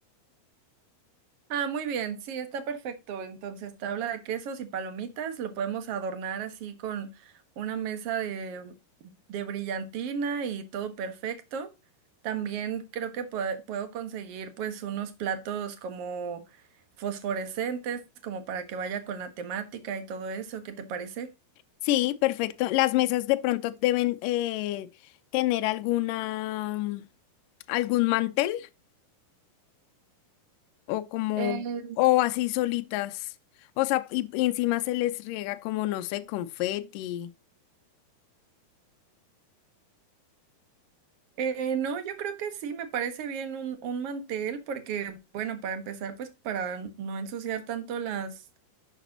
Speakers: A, on the right; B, on the left.
A: Ah, muy bien, sí, está perfecto. Entonces, tabla de quesos y palomitas, lo podemos adornar así con una mesa de, de brillantina y todo perfecto. También creo que pue- puedo conseguir pues unos platos como fosforescentes, como para que vaya con la temática y todo eso. ¿Qué te parece?
B: Sí, perfecto. Las mesas de pronto deben eh, tener alguna, mm, algún mantel o como,
A: Eh,
B: o así solitas. O sea, y, y encima se les riega como, no sé, confeti.
A: Eh, no, yo creo que sí, me parece bien un, un mantel porque, bueno, para empezar, pues para no ensuciar tanto las